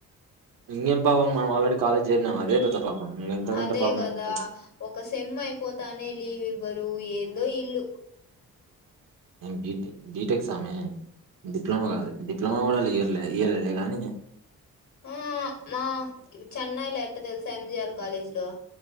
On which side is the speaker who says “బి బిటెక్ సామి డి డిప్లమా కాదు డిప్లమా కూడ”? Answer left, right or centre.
Right